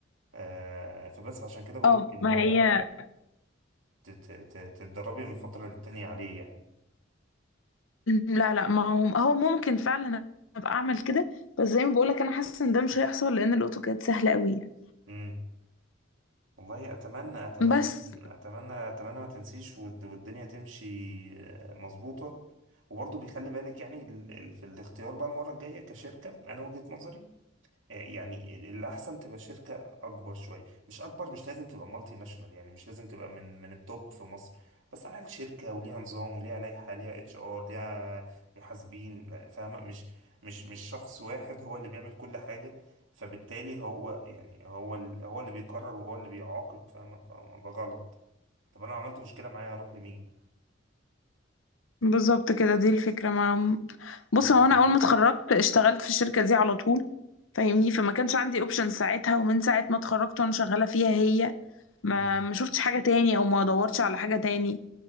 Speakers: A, on the right; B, on the left.
A: آه، فبس عشان كده بقول
B: اه
A: لك ان
B: ما
A: هو
B: هي
A: ت- ت- ت- تتدربي من فترة للتانية عليه يعني
B: لا لا ما هو هو ممكن فعلا ابقى اعمل كده بس زي ما بقول لك انا حاسه ان ده مش هيحصل لان الاوتوكاد سهل قوي يعني
A: امم والله اتمنى اتمنى
B: بس
A: اتمنى اتمنى ما تنسيش والد- والدنيا تمشي آه، مظبوطة وبرضه بيخلي بالك يعني ال- ال- في الاختيار بقى المرة الجاية كشركة انا وجهة نظري آه، يعني ال- الأحسن تبقى شركة أكبر شوية مش أكبر مش لازم تبقى مالتي ناشونال يعني مش لازم تبقى من من التوب في مصر بس على الأقل شركة وليها نظام وليها لائحة ليها اتش ار ليها محاسبين لا، فاهمة مش مش مش شخص واحد هو اللي بيعمل كل حاجة فبالتالي هو يعني هو ال- هو اللي بيقرر وهو اللي بيعاقب فاهمة فاهمة ده غلط طب أنا لو عملت مشكلة معايا هروح لمين
B: بالظبط كده دي الفكره ما بص
A: فاهمة
B: هو
A: قصدي؟
B: انا اول ما اتخرجت اشتغلت في الشركه دي على طول فاهمني فما كانش عندي اوبشن ساعتها ومن ساعة ما اتخرجت وانا شغالة فيها هي ما
A: مم.
B: ما شفتش حاجة تاني او ما دورتش على حاجة تاني